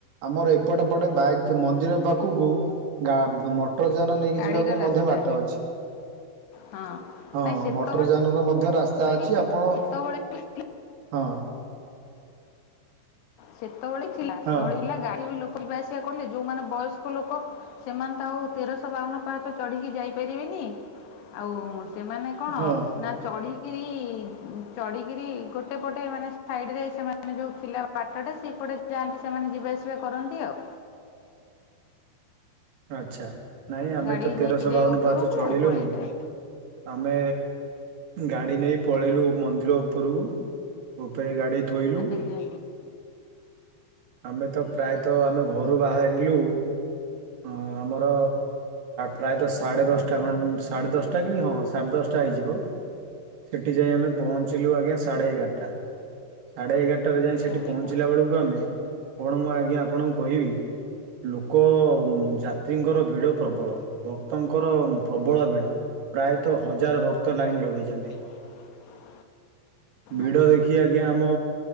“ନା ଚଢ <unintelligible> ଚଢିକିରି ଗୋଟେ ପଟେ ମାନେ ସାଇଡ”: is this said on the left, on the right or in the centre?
Left